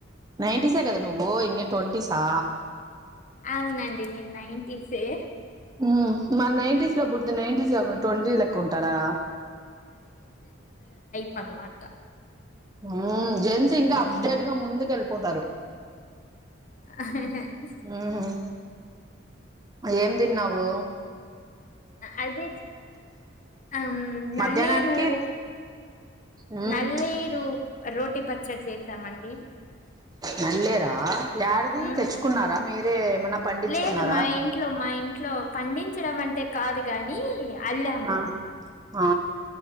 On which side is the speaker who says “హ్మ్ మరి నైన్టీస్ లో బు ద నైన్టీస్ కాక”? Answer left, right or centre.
Right